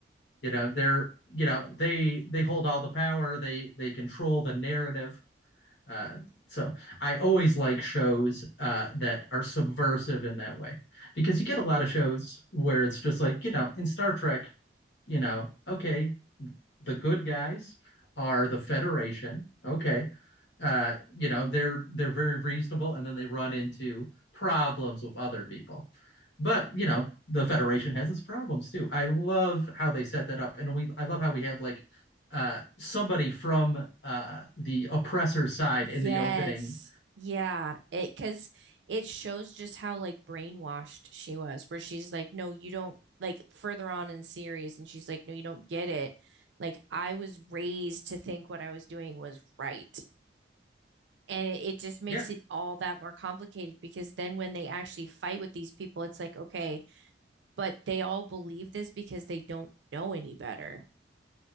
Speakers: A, on the left (about 80°); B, on the right (about 80°).
A: You know, they're you know they they hold all the power. They they control the narrative. Uh, so I always like shows uh, that are subversive in that way because you get a lot of shows where it's just like you know in Star Trek you know, okay, the good guys are the Federation. Okay. Uh, you know, they're they're very reasonable and then they run into problems with other people. But, you know, the Federation has its problems too. I love how they set that up and we I love how we have like uh somebody from uh the oppressor side in
B: Yes.
A: the opening.
B: Yeah. It because it shows just how like brainwashed she was, where she's like, no, you don't like further on in the series, and she's like, no, you don't get it. Like I was raised to think what I was doing was right. And it, it just makes
A: Yeah,
B: it all that more complicated because then when they actually fight with these people, it's like, okay, but they all believe this because they don't know any better.